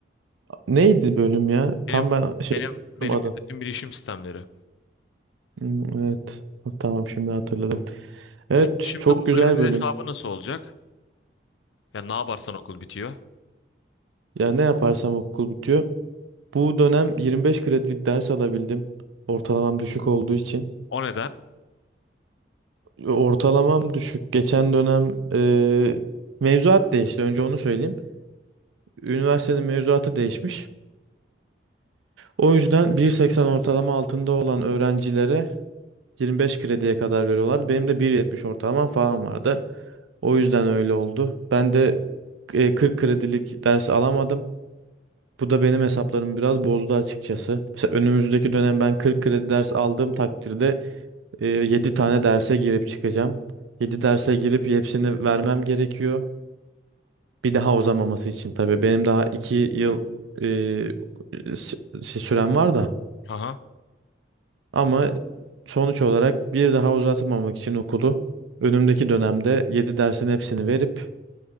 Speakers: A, on the right; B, on the left.
A: Neydi bölüm ya?
B: Benim
A: Tam ben şey
B: benim benim
A: unuttum
B: yönetim bilişim sistemleri.
A: Hmm, Evet. Ha, Tamam şimdi hatırladım. Evet
B: Mesela şimdi
A: çok
B: bu
A: güzel
B: kredi
A: bölüm.
B: hesabı nasıl olacak? Ya ne yaparsan okul bitiyor.
A: Ya ne yaparsam okul bitiyor. Bu dönem 25 kredilik ders alabildim. Ortalamam düşük olduğu için.
B: O neden?
A: Ortalamam düşük. Geçen dönem e, mevzuat değişti. Önce onu söyleyeyim. Üniversitenin mevzuatı değişmiş. O yüzden 1.80 ortalama altında olan öğrencilere 25 krediye kadar veriyorlar. Benim de 1.70 ortalamam falan vardı. O yüzden öyle oldu. Ben de e, 40 kredilik ders alamadım. Bu da benim hesaplarımı biraz bozdu açıkçası. Mesela önümüzdeki dönem ben 40 kredi ders aldığım takdirde e, 7 tane derse girip çıkacağım. 7 derse girip hepsini vermem gerekiyor. Bir daha uzamaması için tabii. Benim daha 2 yıl e, s- s- sürem var da.
B: Aha,
A: Ama sonuç olarak bir daha uzatmamak için okulu önümdeki dönemde 7 dersin hepsini verip